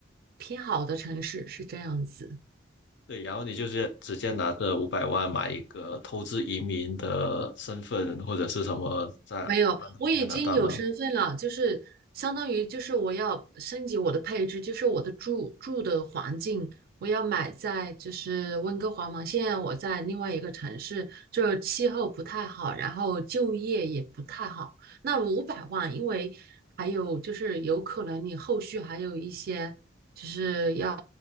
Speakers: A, on the right; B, on the left.
A: 偏好的城市，是这样子。
B: 对，然后你就是直接拿着五百万买一个投资移民的身份或者是什么，再搬到加拿大吗？
A: 没有，我已经有身份了，就是相当于就是我要升级我的配置，就是我的住住的环境，我要买在就是温哥华嘛。现在我在另外一个城市，这气候不太好，然后就业也不太好。那五百万，因为还有就是有可能你后续还有一些就是要